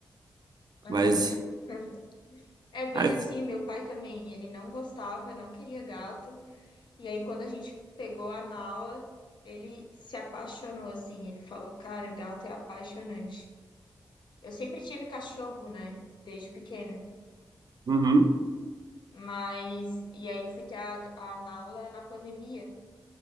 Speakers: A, on the left; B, on the right.
A: <laughs>
B: Mas,
A: aham. É bem
B: ai,
A: assim, meu pai também. Ele não gostava, não queria gato. E aí quando a gente pegou a Nala, ele se apaixonou, assim. Ele falou, cara, gato é apaixonante. Eu sempre tive cachorro, né? Desde pequena.
B: uhum,
A: Mas, e aí eu fui ter a, a Nala na pandemia.